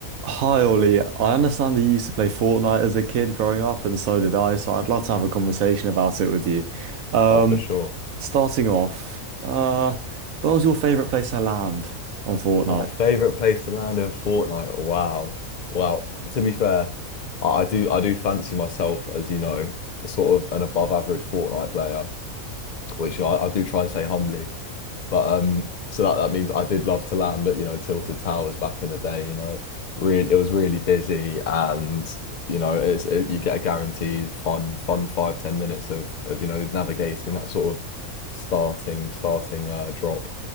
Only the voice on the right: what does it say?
Hi Ollie, I understand that you used to play Fortnite as a kid growing up, and so did I, so I'd love to have a conversation about it with you. Um,
starting off, uh, where was your favorite place to land on Fortnite?